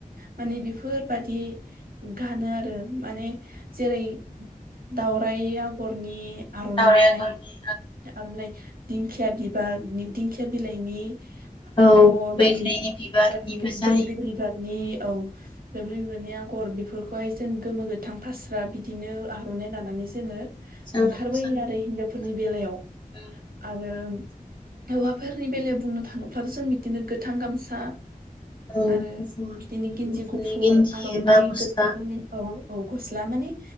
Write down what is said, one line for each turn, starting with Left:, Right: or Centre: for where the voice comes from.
Right: माने बेफोरबादि गानो आरो माने जेरै दावराय आगरनि आर'नाइ
Left: दावराइ आगरनि
Right: आर'नाइ दिंखिया बिबारनि दिंखिया बिलाइनि
Left: औ
Right: आगर उम
Left: बैग्रिनि बिबारनिबो
Right: <inaudible> बादि
Left: जायो
Right: बैग्रि बिबारनि औ बैग्रि बिबारनि आग गर बेफोरखौहाय जों गोमो गोथां फास्रा बिदिनो आर'नाइ लानानै जोङो
Left: जों
Right: ओंखारबोयो
Left: मोसानो ओंखारबाय
Right: आरो हिनजावफोरनि बेलायाव
Left: आरो
Right: आरो हौवाफोरनि बेलायाव बुंनो थाङोब्लाथ' जों बिदिनो गोथां गामसा
Left: औ गुफुर
Right: आरो बिदिनो गेन्जि
Left: गुफुरनि
Right: गुफुर
Left: गेन्जि
Right: आर'नाइ
Left: एबा गस्ला
Right: गोथां औ। औ गस्ला माने